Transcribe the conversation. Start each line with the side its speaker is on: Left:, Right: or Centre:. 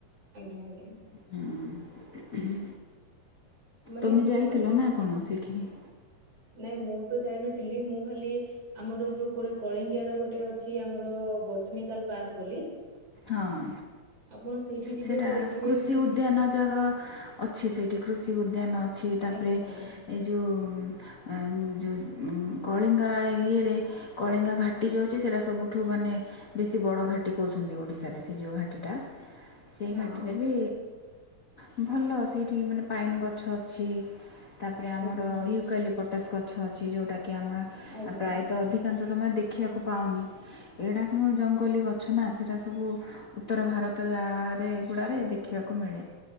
Right: ଆଜ୍ଞା ଆଜ୍ଞା।
Left: ହଁ ହୁଁ
Right: ମାନେ
Left: ତମେ ଯାଇଥିଲ
Right: ଆପଣ
Left: ନା କଣ ସେଠିକି?
Right: ନାଇଁ ମୁଁ ତ ଯାଇନଥିଲି ମୁଁ ଖାଲି ଆମର ଯୋଉ କୋର କଳିଙ୍ଗିଆର ଗୋଟେ ଅଛି ଆମର ବଟନିକାଲ୍ ପାର୍କ ବୋଲି
Left: ହଁ
Right: ଆପଣ ସେଇଠି ଯିବେ
Left: ସେଇଟା
Right: ତ ଦେଖିବେ
Left: କୃଷି
Right: ମାନେ
Left: ଉଦ୍ୟାନ ଜାଗା ଅଛି ସେଇଠି କୃଷି ଉଦ୍ୟାନ ଅଛି ତାପରେ
Right: ଆଜ୍ଞା ଆଜ୍ଞା
Left: ଏ ଯୋଉ ଆ ଯୋଉ ଉଁ କଳିଙ୍ଗା ଇଏରେ କଳିଙ୍ଗା ଘାଟି ଯୋଉ ଅଛି ସେଇଟା ସବୁଠୁ ମାନେ ବେଶୀ ବଡ ଘାଟି କହୁଛନ୍ତି ଓଡି ଶାରେ ସେ ଯୋଉ ଘାଟିଟା ସେଇ
Right: ହଁ
Left: ଘାଟିରେ ବି ଉଁ ଭଲ ସେଇଠି ମାନେ ପାଇନ୍ ଗଛ ଅଛି। ତାପରେ ଆମର
Right: ଆଜ୍ଞା ଆଜ୍ଞା
Left: ୟୁକାଲିପଟାସ୍ ଗଛ ଅଛି ଯୋଉଟା କି ଆମେ
Right: ଆଜ୍ଞା
Left: ପ୍ରାୟତଃ ଅଧି କାଂଶ ସମୟ ଦେଖିବାକୁ ପାଉନି ଏଇଟା ସବୁ ଜଙ୍ଗଲି ଗଛ ନା ସେଟା ସବୁ ଉତ୍ତର ଭାରତ ଜାଗାରେ ଏଗୁଡ଼ାରେ ଦେଖିବାକୁ ମିଳେ।